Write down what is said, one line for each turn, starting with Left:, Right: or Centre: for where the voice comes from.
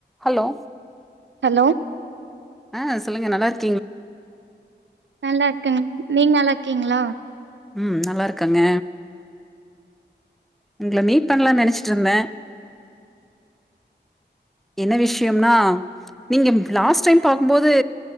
Centre: Hello
Right: hello
Centre: அ சொல்லுங்க நல்லாருக்
Right: நல்லார்க்கங்க நீங் நல்லார்க்கீங்ளா
Centre: ம் நல்லார்க்கங்க உங்ள மீட் பண்ணலா நெனச்சிட்ருந்த என்ன விஷயம்னா நீங்க லாஸ்ட் டைம் பாக்கும்போது